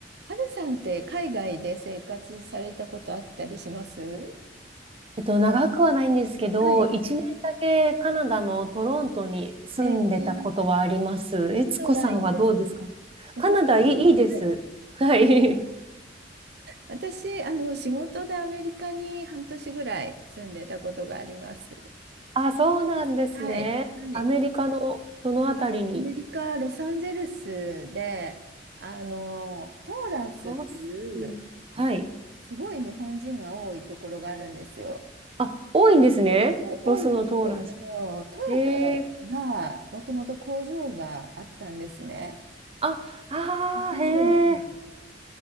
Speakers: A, on the right; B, on the right.
A: はるさんって海外で生活されたことあったりしますは
B: えっと、長くはないんですけど、
A: い。
B: 一年だけカナダのトロントに住んでたことはあります。
A: えー、
B: えつこさんはどうですかカナダいい、
A: カナダいいですね。私、
B: いいです。
A: はい、
B: はい。
A: 私、あの、仕事でアメリカに半年ぐらい住んでたことがあります。
B: <laughs> あ、そうなんですね。
A: はい。はい。
B: アメリカのどのあたりに
A: アメリカ・ロサンゼルスで、あの、トーランスっていう、
B: ロス。はい。
A: すごい日本人が多いところがあるんですよ。
B: あ、多いんですね。
A: お、
B: ロスのトーランス。
A: 多いですよ。あの、トヨタが、
B: へえ
A: もともと工場があったんですね。
B: あ、ああ、
A: 日産電機に行っ
B: へえ。